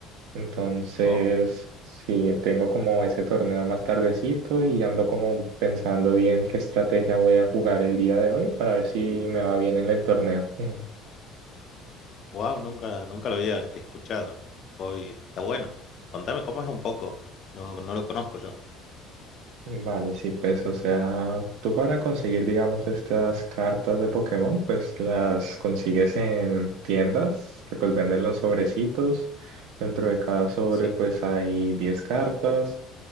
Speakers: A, on the right; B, on the left.
A: Entonces,
B: Oh,
A: sí, tengo como ese torneo más tardecito y ando como pensando bien qué estrategia voy a jugar el día de hoy para ver si me va bien en el torneo. <laughs>
B: wow, nunca, nunca lo había escuchado. Un hobby, está bueno. Contame cómo es un poco. No, no lo conozco yo.
A: Vale, sí, pues, o sea, tú para conseguir, digamos, estas cartas de Pokémon, pues las consigues en tiendas que pues venden los sobrecitos. Dentro de cada sobre,
B: Sí.
A: pues hay 10 cartas.